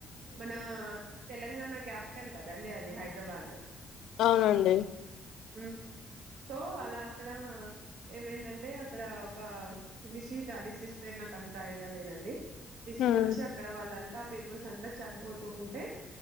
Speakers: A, on the right; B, on the left.
A: మన తెలంగాణ క్యాపిటల్ కదండి. అది హైదరాబాదు
B: అవును అండి
A: హ్ సో అలా అక్కడ ఏమైందంటే అక్కడ ఒక డిసీజ్ ఆ డిసీజ్ పేరు నాకు అంత ఐడియా లేదండి. డిసీస్
B: ఉమ్
A: వోచ్చి అక్కడ వాళ్ళంతా టిప్పు సందన్ చనిపోతూ ఉంటే